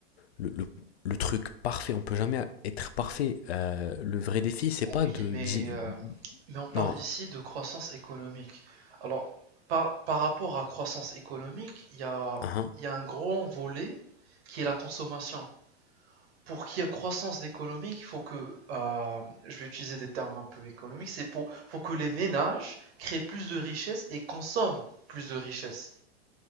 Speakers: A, on the left; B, on the right.
A: le, le, le truc parfait. On peut jamais être parfait. Euh, le vrai défi, c'est
B: oh
A: pas
B: Oui,
A: de
B: mais
A: di-
B: euh, mais on parle
A: non,
B: ici de croissance économique. Alors, par par rapport à croissance économique, il y a
A: hein,
B: il y a un gros volet qui est la consommation. pour qu'il y ait croissance économique, il faut que, euh, je vais utiliser des termes un peu économiques, c'est pour, faut que les ménages créent plus de richesses et consomment plus de richesses.